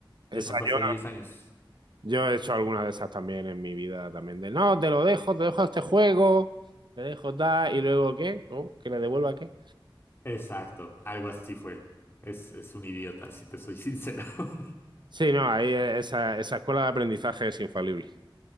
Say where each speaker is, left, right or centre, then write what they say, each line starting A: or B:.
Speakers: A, on the right (about 60°); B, on the left (about 30°).
A: esa
B: Y eso fue
A: yo
B: hace diez años.
A: Yo he hecho alguna de esas también en mi vida también. De no, te lo dejo, te dejo este juego, te dejo tal, y luego ¿qué? ¿Cómo? ¿Que le devuelva qué?
B: Exacto, algo así fue. Es, es un idiota, si te soy sincero. <laughs>
A: Sí, no, ahí eh, esa, esa escuela de aprendizaje es infalible.